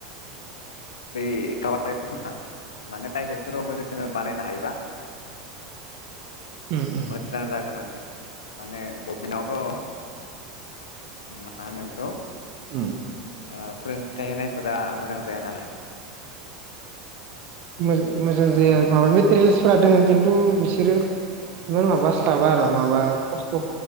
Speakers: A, on the left; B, on the right.
A: बै गावारि फसंथान माने प्राइभेटफोरावबो जोङो बानायनो हायोबा
B: उम उम
A: मोज्जां जागोन आरो माने गभमेन्टआवथ' <inaudible> मा होनो बेखौ
B: उम
A: ओ फोरोंथाइ होनायफोरा मोजां जाया नालाय।
B: मोज-मोजां जाया माबा मेटेरियेल्सफोरा दोङो किन्तु बिसोरो इमान माबास्लाबा आरो माबा खस्थ'